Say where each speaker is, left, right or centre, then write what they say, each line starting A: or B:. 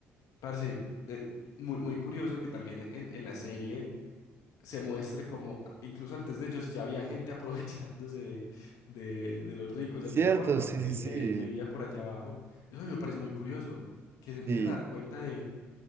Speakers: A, on the left; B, on the right.
A: Parce, eh, muy, muy curioso que también en, en la serie se muestre como a- incluso antes de ellos ya había gente <laughs> aprovechándose de, de- de los ricos de
B: Cierto,
A: alguna forma,
B: sí,
A: el
B: sí, sí.
A: que, el que vivía por allá abajo. Eso a mí me parece muy curioso, que se empiecen
B: Sí,
A: a dar cuenta de,